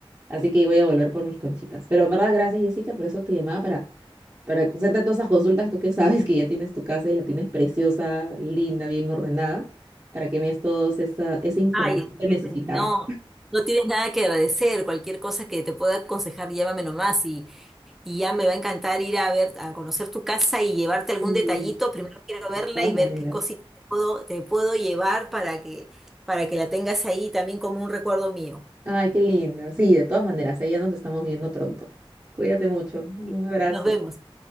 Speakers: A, on the right; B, in the centre.
A: Así que voy a volver por mis conchitas. Pero en verdad, gracias, Jessica, por eso te llamaba para, para hacerte todas esas consultas. Tú que sabes que ya tienes tu casa y la tienes preciosa, linda, bien ordenada, para que me des toda esa, esa información
B: Ay,
A: que
B: Stephanie,
A: necesitaba.
B: no, no tienes nada que agradecer, cualquier cosa que te pueda aconsejar, llámame nomás y, Y ya me va a encantar ir a ver, a conocer tu casa y llevarte algún
A: Y
B: detallito. Primero quiero verla
A: de todas
B: y
A: maneras.
B: ver qué cosita te puedo, te puedo llevar para que, para que la tengas ahí también como un recuerdo mío.
A: Ay, qué linda. Sí, de todas maneras, ahí ya nos estamos viendo pronto. Cuídate mucho. Un
B: Sí.
A: abrazo.
B: Nos vemos.